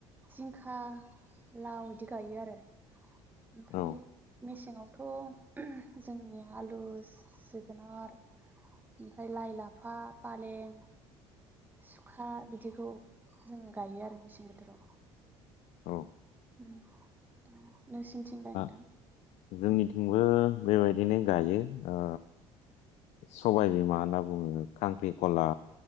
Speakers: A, on the right; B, on the left.
A: जिंखा लाव इदि गायो आरो ओमफ्राय
B: औ
A: मे सेंङावथ' जोंनि आलु जोगोनार ओमफ्राय लाइ लाफा फालें सुखा बिदिखौ जोङो गायो आरो मेसें बोथोराव।
B: औ।
A: उम दा नोंसिनिथिंलाय नोंथां?
B: आ जोंनिथिंबो बेबायदिनो गायो ओ सबायबिमा होनना बुंङो खांख्रिखला